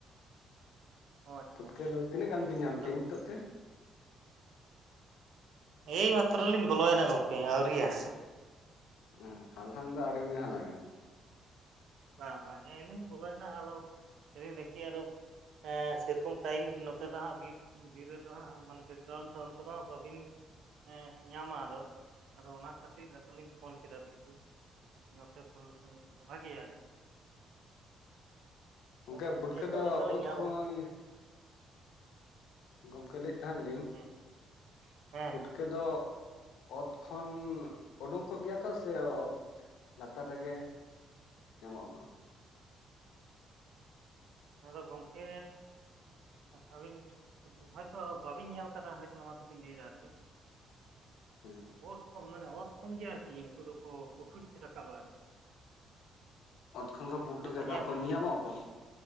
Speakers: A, on the right; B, on the left.
A: ᱚ ᱟᱪᱪᱷᱟ
B: ᱯᱩᱴᱠᱟᱹ ᱫᱚ ᱛᱤᱱᱟᱹᱜ ᱜᱟᱱ ᱯᱮ ᱧᱟᱢ
A: ᱟᱫᱚ
B: ᱠᱮᱜᱼᱟ ᱱᱤᱛᱳᱜ ᱛᱮ
A: ᱮᱭ ᱢᱟᱛᱨᱚ ᱞᱤᱧ ᱵᱚᱞᱚᱭᱮᱱᱟ ᱜᱚᱢᱠᱮ ᱟᱹᱣᱨᱤᱭᱟ
B: ᱚᱸ ᱦᱟᱞᱦᱟᱝ ᱫᱚ ᱟᱹᱣᱨᱤ ᱵᱤᱱ ᱦᱟᱞᱟᱝᱼᱟ
A: ᱵᱟᱝ ᱵᱟᱝ ᱮᱭ ᱞᱤᱧ ᱵᱚᱞᱚᱭᱮᱱᱟ ᱟᱞᱚ ᱞᱟᱹᱭᱫᱤᱧ ᱫᱮᱠᱷᱤ ᱟᱞᱚ ᱦᱮᱸ ᱥᱮᱨᱚᱠᱚᱢ ᱴᱟᱭᱤᱢ ᱱᱚᱛᱮ ᱫᱚ ᱦᱟᱸᱜ ᱵᱤᱨ ᱵᱤᱨ ᱨᱮᱫᱚ ᱦᱟᱸᱜ ᱢᱟᱱᱮ ᱵᱤᱠᱨᱚᱱᱛ ᱥᱟᱶᱩᱱ ᱠᱚᱫᱚ ᱵᱟᱹᱵᱤᱱ ᱮᱸᱻ ᱧᱟᱢᱟ ᱟᱫᱚ ᱟᱫᱚ ᱚᱱᱟ ᱠᱷᱟᱹᱛᱤᱨ ᱟᱫᱚᱞᱤᱧ ᱯᱷᱳᱱ ᱠᱮᱫᱟ ᱫᱮᱠᱷᱤ ᱱᱚᱛᱮ ᱯᱷᱳᱱ ᱞᱮᱠᱷᱟᱱ ᱡᱟᱹᱱᱤᱡ ᱠᱷᱟᱱ ᱵᱷᱟᱹᱜᱤᱭᱟ ᱟᱨᱠᱤ
B: ᱜᱚᱝᱠᱮ
A: ᱟᱫᱚ
B: ᱯᱩᱴᱠᱟᱹ
A: ᱱᱤᱛᱚᱜ
B: ᱫᱚ
A: ᱢᱤᱫᱴᱟᱝ ᱞᱤᱧ
B: ᱚᱛ
A: ᱧᱟᱢ
B: ᱠᱷᱚᱱ ᱜᱚᱝᱠᱮ ᱞᱟᱹᱭᱮᱜ ᱛᱟᱦᱮᱜ ᱞᱤᱧ
A: ᱦᱮᱸ ᱦᱮᱸ
B: ᱯᱩᱴᱼᱼ ᱠᱟᱹ ᱫᱚ ᱚᱛ ᱠᱷᱚᱱ ᱩᱰᱩᱝ ᱠᱚᱜ ᱜᱮᱭᱟᱠᱚ ᱥᱮ ᱚᱛ ᱞᱟᱛᱟᱨ ᱨᱮᱜᱮ ᱧᱟᱢᱚᱜ ᱟᱠᱚ
A: ᱟᱫᱚ ᱜᱚᱝᱠᱮ ᱟᱹᱵᱤᱱᱻ ᱦᱚᱭᱛᱚ ᱵᱟᱹᱵᱤᱱ ᱧᱮᱞ ᱟᱠᱟᱫᱟ ᱦᱚᱭᱛᱚ ᱚᱱᱟ ᱛᱮᱵᱤᱱ ᱞᱟᱹᱭ ᱮᱫᱟ ᱟᱨᱠᱤ
B: ᱦᱮᱸ
A: ᱚᱛ ᱠᱷᱚᱱ ᱢᱟᱱᱮ ᱚᱛ ᱠᱷᱚᱱ ᱜᱮ ᱟᱨᱠᱤ ᱩᱱᱠᱩ ᱫᱚᱠᱚ ᱯᱩᱴᱷᱩᱡ ᱨᱟᱠᱟᱵᱼᱟ ᱟᱨᱠᱤ
B: ᱚᱛ ᱠᱷᱚᱱ ᱜᱮ ᱯᱩᱴᱤ
A: ᱟᱫᱚ
B: ᱨᱟᱠᱟᱵ
A: ᱠᱚ ᱧᱮᱞ
B: ᱟᱠᱚ ᱧᱮᱧᱟᱢᱚᱜᱼᱟᱠᱚ